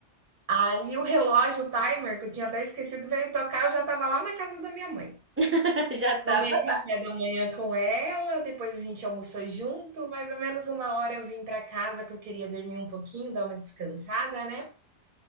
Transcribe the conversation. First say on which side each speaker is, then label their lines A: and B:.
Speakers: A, on the right; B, on the right.
A: Aí o relógio, o timer, que eu tinha até esquecido, veio tocar. Eu já tava lá na casa da minha mãe.
B: <laughs> Já tava
A: Tomei café
B: lá.
A: da manhã com ela, depois a gente almoçou junto, mais ou menos uma hora eu vim para casa que eu queria dormir um pouquinho, dar uma descansada, né?